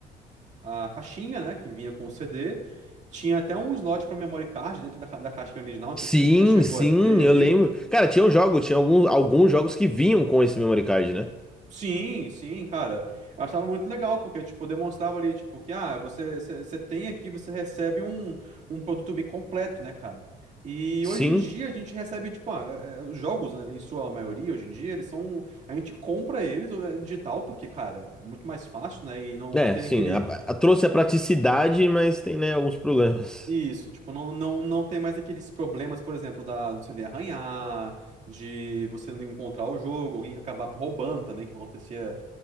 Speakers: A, on the right; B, in the centre.
A: a caixinha, né, que vinha com o CD. Tinha até um slot para memory card dentro da, ca- da caixinha original. Não sei
B: Sim,
A: se você já chegou
B: sim,
A: a ter
B: eu
A: ali.
B: lembro.
A: um-
B: Cara, tinha um jogo, tinha alguns, alguns jogos que vinham com esse memory card, né?
A: Sim, sim, cara. Eu achava muito legal, porque, tipo, demonstrava ali, tipo, que, ah, você, você você tem aqui, você recebe um, um produto bem completo, né, cara? E hoje
B: Sim,
A: em dia a gente recebe, tipo, ah, é, é, os jogos, né, em sua maioria, hoje em dia, eles são. A gente compra eles é, digital, porque, cara, é muito mais fácil, né? E não
B: é,
A: tem
B: sim.
A: aquele
B: a- a- trouxe a praticidade, mas tem, né, alguns problemas
A: Isso, tipo, não, não, não tem mais aqueles problemas, por exemplo, da, do CD arranhar, de você não encontrar o jogo, alguém que acabar roubando também, que acontecia.